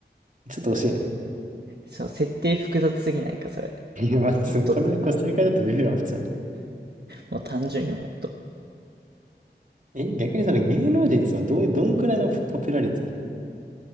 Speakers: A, on the right; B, on the right.
A: ちょっと惜しいね。
B: そう、設定複雑すぎないか、それ。
A: <laughs> いや、待ってこれ、
B: もっと、
A: これ正解だとビビるわ、
B: も
A: 普通に。
B: う、もう単純にもっと。
A: え、逆にその芸能人ってそのどういう、どんくらいのポピュラリテ